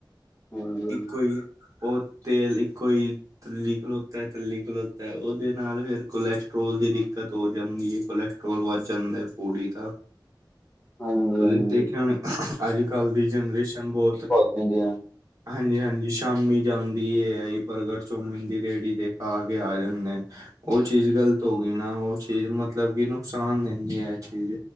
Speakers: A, on the left (about 20°); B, on the right (about 40°).
A: ਹਾਂਜੀ ਹਾਂਜੀ
B: ਇੱਕੋ ਈ ਉਹ ਤੇਲ ਇੱਕੋ ਈ ਤੱਲੀ ਖਲੋਤਾ, ਤੱਲੀ ਖਲੋਤਾ ਉਹਦੇ ਨਾਲ ਫੇਰ ਕੋਲੈਸਟਰ੍ਰੋਲ ਦੀ ਦਿੱਕਤ ਹੋ ਜਾਂਦੀ ਐ, ਕੋਲੈਸਟਰੋ ਟਰੋਲ ਵੱਧ ਜਾਂਦਾ ਏ, ਪੂੜੀ ਤਾ
A: ਹਾਂਜੀ
B: ਤੁਸੀਂ
A: ਹਾਂਜੀ
B: ਦੇਖਿਆ ਨੀ ਅੱਜ ਕੱਲ੍ਹ ਦੀ ਜਨਰੇਸ਼ਨ ਬੋਤ
A: ਹਾਂਜੀ, ਹਾਂ।
B: ਹਾਂਜੀ-ਹਾਂਜੀ ਸ਼ਾਮੀ ਜਾਂਦੀ ਐ ਇਹੀ ਪ੍ਰਗਟ ਚੌਮਿਨ ਦੀ ਰੇਹੜੀ ਤੇ ਖਾ ਕੇ ਆ ਜਾਂਦੇ। ਉਹ ਚੀਜ਼ ਗ਼ਲਤ ਹੋ ਗਈ ਨਾ, ਉਹ ਚੀਜ਼ ਮਤਲਬ ਕਿ ਨੁਕਸਾਨ ਦਿੰਦੀ ਐ ਇਹ ਚੀਜ਼